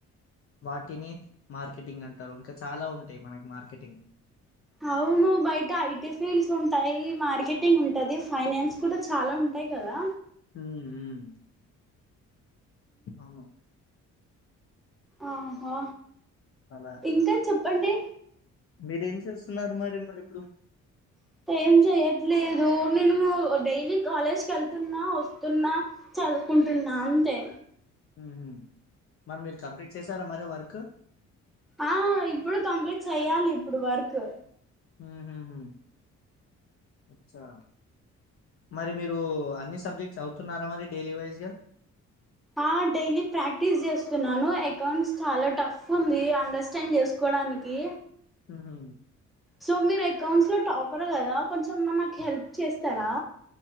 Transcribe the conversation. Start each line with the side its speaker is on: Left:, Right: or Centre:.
Left: వాటిని మార్కెటింగ్ అంటారు ఇంకా చాలా ఉంటయి మనకి మార్కెటింగ్
Centre: అవును బయట ఐటీ ఫీల్డ్స్ ఉంటాయి మార్కెటింగ్ ఉంటది ఫైనాన్స్ కూడా చాలా ఉంటాయి కదా
Left: మ్.. మ్ అవును
Centre: ఆ హ
Left: అలా
Centre: ఇంకా చెప్పండి
Left: మీరేం చేస్తున్నారు మరి మరి ఇప్పుడు
Centre: అంటే ఏం చెయట్లేదు నేను డైలీ కాలేజ్కి వెళ్తున్నా వస్తున్నా చదువుకుంటున్నా అంతే
Left: మ్ హుమ్ మరి మీరు కంప్లీట్ చేసారా మరి వర్క్
Centre: ఆ ఇప్పుడు కంప్లీట్ చెయ్యాలి ఇప్పుడు వర్క్
Left: మ్... హు. ‌హుమ్ అచ్చా మరి మీరు అన్ని సబ్జెక్ట్స్ అవుతున్నారా మరి డైలీ వైజ్గా
Centre: ఆ డైలీ ప్రాక్టీస్ చేస్తున్నాను అకౌంట్స్ చాలా టఫ్ ఉంది అండర్స్టాండ్ చేసుకు డానికీ
Left: ఉహు
Centre: సో మీరు అకౌంట్స్ లో టాప్ ప్పరు కదా కొంచెం మనకు హెల్ప్ చేస్తారా